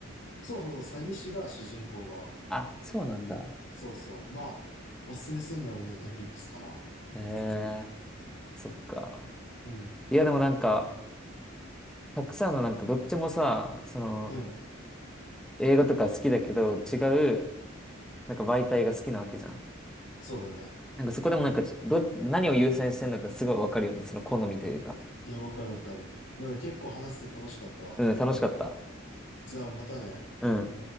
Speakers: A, on the left (about 60°); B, in the centre.
A: そうそうそう、詐欺師が主人公が
B: あ、そうなんだ。
A: そうそう。まあ、おすすめするならネットフリックスかな。
B: へえ、そっか。
A: うん。
B: いや、でもなんか、たくさんのなんか、どっちもさ、その、
A: うん。
B: 映画とか好きだけど、違う、なんか媒体が好きなわけじゃん。
A: そうだね。
B: なんかそこでもなんか、ど、何を優先してんのかすごいわかるよね。その好みというか。
A: いや、わかるわかる。なんか結構話して楽しかったわ。
B: うん、楽しかった。
A: じゃあまたね。
B: うん。